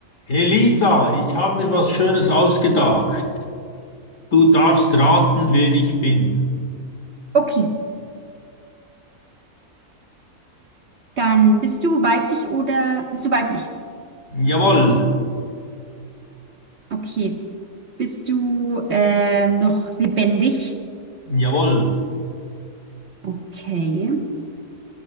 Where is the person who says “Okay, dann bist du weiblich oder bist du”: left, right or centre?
Right